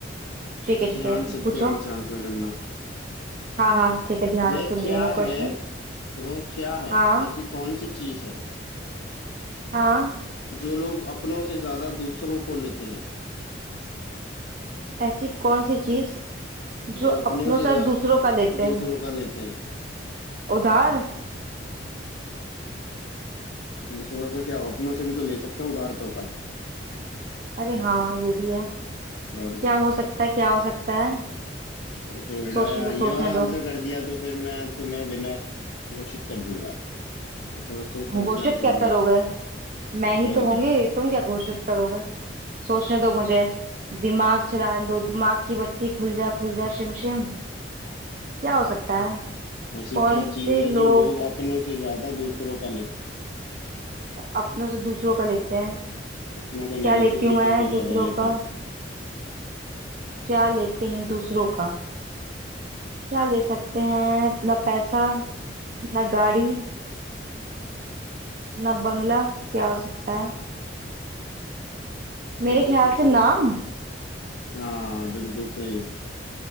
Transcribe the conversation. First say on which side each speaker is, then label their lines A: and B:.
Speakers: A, on the right; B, on the left.
A: ठीक है
B: ध्यान
A: ठीक है
B: से ध्यान
A: पूछो
B: से आंसर करना
A: हाँ हाँ ठीक है ध्यान
B: वह
A: सुन
B: क्या
A: रही हूँ मैं क्वेश्चन
B: है वह क्या है
A: हाँ
B: ऐसी कौन सी चीज है
A: हाँ
B: जो लोग अपनों से ज्यादा दूसरों को लेते हैं
A: ऐसी कौन सी चीज जो
B: जो
A: अपनों
B: अपनों से
A: से
B: ज्या-
A: दूसरों का लेते
B: दूसरों
A: हैं
B: का लेते हैं
A: उधार
B: दूसरों से क्या अपनों से भी तो ले सकते हैं उधार तो अपन
A: अरे हाँ ये भी है
B: और क्या
A: क्या हो सकता है क्या हो सकता है
B: सोचो बेटा
A: सोचने दो
B: ये
A: सोचने
B: वाला आंसर
A: दो
B: कर दिया तो फिर मैं तुम्हें विनर घोषित कर दूंगा तो थोड़ा सोच समझ
A: घोषित
B: के आंसर
A: क्या
B: देना
A: करोगे मैं ही
B: और
A: तो होंगी
B: क्या
A: तुम क्या घोषित करोगे सोचने दो मुझे दिमाग चलाने दो दिमाग की बत्ती खुल जा खुल जा शिम शिम क्या हो सकता है
B: ऐसी
A: कौन
B: क्या
A: से
B: चीज है
A: लोग
B: जो लोग अपनों से ज्यादा दूसरों का लेते हैं
A: अपनों से दूसरों का लेते हैं
B: अपनों का नहीं
A: क्या
B: लेते
A: लेती
B: दूसरों
A: हूँ मैं
B: का
A: दूसरों
B: ज्यादा लेते
A: का
B: हैं
A: क्या लेते हैं दूसरों का क्या ले सकते हैं ना पैसा ना गाड़ी ना बंगला क्या हो सकता है मेरे
B: सोचो
A: ख्याल
B: सोचो
A: से नाम
B: हाँ बिल्कुल सही